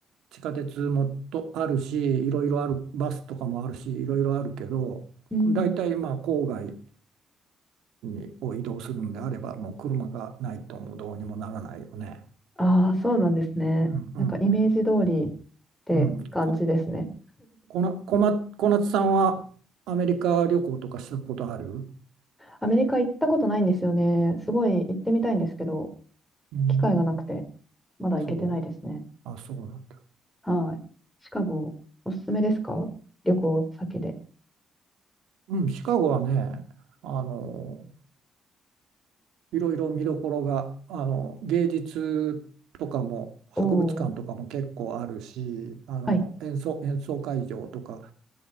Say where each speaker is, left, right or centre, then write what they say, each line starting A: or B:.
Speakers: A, on the right (about 85°); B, in the centre.
A: 地下鉄もとあるし、いろいろある、バスとかもあるし、いろいろあるけど、
B: うん。
A: 大体まあ郊外にを移動するのであれば、もう車がないともうどうにもならないよね。
B: ああ、そうなんですね。
A: うんうん
B: なんかイメージ通りって感じですね。
A: うん。こ、こな、こま、小夏さんはアメリカ旅行とかしたことある
B: アメリカ行ったことないんですよね。すごい行ってみたいんですけど、
A: うん、
B: 機会がなくて、まだ行けてないですね。
A: そう。あ、そうなんだ。
B: はい。シカゴ、おすすめですか旅行先で。
A: うん、シカゴはね、あの、いろいろ見どころが、あの、芸術とかも、博物館とかも結構あるし、
B: おー、
A: あの、
B: はい。
A: 演奏、演奏会場とか、